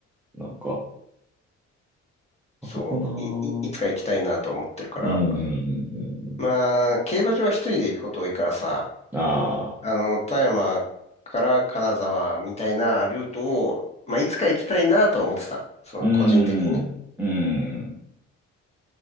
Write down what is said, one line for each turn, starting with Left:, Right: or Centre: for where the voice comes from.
Centre: なんか、
Left: そう、
Centre: あそこなぁ。
Left: い、い、いつか行きたいなと思ってるから。
Centre: うんうんう
Left: まあ、
Centre: ん
Left: 競馬場は一人で行くこと多いからさ、
Centre: うん。ああ、
Left: あの、富山から金沢みたいなルートを、まあ、いつか行きたいなとは思ってた。その個人的にね。
Centre: うん、うん。